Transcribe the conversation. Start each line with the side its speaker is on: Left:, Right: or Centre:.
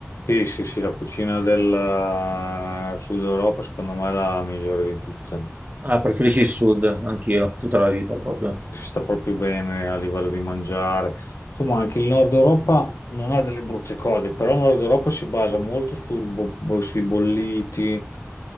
Left: Sì, sì, sì, la cucina del eh, Sud Europa secondo me è la migliore di tutte.
Right: Ah, preferisci il sud, anch'io, tutta la vita proprio.
Left: si sta proprio bene a livello di mangiare. Insomma, anche il Nord Europa non ha delle brutte cose, però il Nord Europa si basa molto sul bo- bo- sui bolliti,